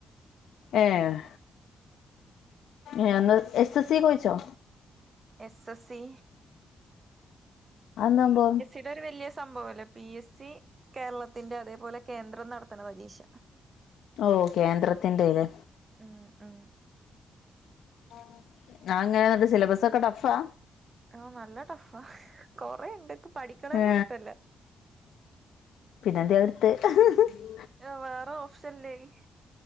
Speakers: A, on the left; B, on the right.
A: ഏഹ്. എ എസ് എസ് സി കൊച്ചോ
B: എസ് എസ് സി
A: അത് എന്താ സംഭവം.
B: ഇതൊരു വെല്യ സംഭവം അല്ലേ. പി എസ് സി കേരളത്തിന്റെ അതേപോലെ കേന്ദ്രം നടത്ത്ണ പരീക്ഷ.
A: ഓ കേന്ദ്രത്തിന്റെലെ.
B: ഉം ഉം
A: അത് എങ്ങനെ ഇന്നട്ട് സിലബസ് ഒക്കെ ടഫാ.
B: ആഹ് നല്ല ടഫാ. കൊറേണ്ട് ഇക്ക്‌പഠിക്ക്‌ണെന്നെ
A: ഏ
B: ഇഷ്ട്ടല്ല.
A: പിന്നെന്തേയ്‌ അഹ് ഇട്ത്തെഹ്.
B: ഏഹ് വേറെ ഓപ്ഷൻല്ലേയ്.